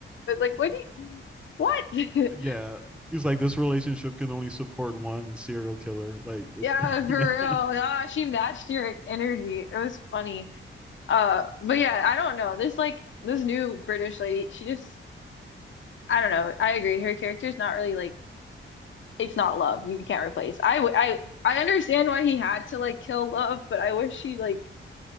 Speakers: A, on the left; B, in the centre.
A: It was like, what do you, what?
B: yeah.
A: <laughs>
B: He's like this relationship can only support one serial killer. Like, it,
A: Yeah,
B: <laughs>
A: for
B: yeah.
A: real. Nah, she matched your energy. It was funny. Uh, but yeah, I don't know. This like this new British lady, she just I don't know. I agree. Her character's not really like it's not love. You can't replace. I w I I understand why he had to like kill love, but I wish she like